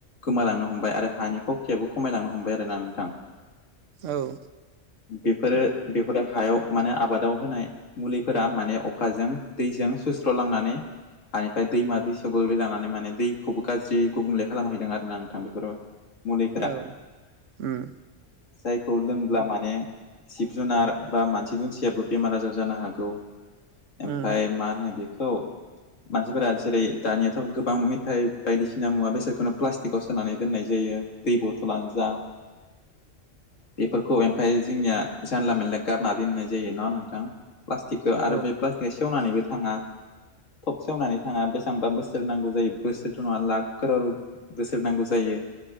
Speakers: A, on the left; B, on the right.
A: गोमालांनो हमबाय आरो हानि खखियाबो खमायलांनो हमबाय आरोना नोंथां।
B: औ।
A: बेफोरो बेफोर हायाव मा नो आबादाव होनाय मुलिफोरा माने अखाजों दैजों सुस्र'लांनानै हानिफ्राय दैमा दैसायाव गोग्लैलांनानै माने दैखौबो गाज्रि गुबुंले खालामहैदों आरो ना नोंथां बेफोर मुलिफोरा।
B: औ उम
A: जायखौ लोंब्ला माने जिब जुनार बा मानसि दुनसियाबो बेमार आजार जानो हागौ ओमफाय
B: उम
A: मा होनो बेखौ मानसिफोरा जेरै दानियाथ' गोबां मेथाइ बायदिसिना मुवा बेसादखौनो प्लास्टिकआव सोनानै दोननाय जायो। दै बथलानो जा बेफोरखौ ओमफाय जोंनिया जानला मानला गारना दोननाय जायो ना नोंथां? प्लास्टिकखौ
B: औ
A: आरो बे प्लास्टिकआ सेवनानैबो थाङा। थब सेवनानै थाङा बेसेबांबा बोसोर नांगौ जायो बोसोरथ' नङा लाख कर' बोसोर नांगौ जायो।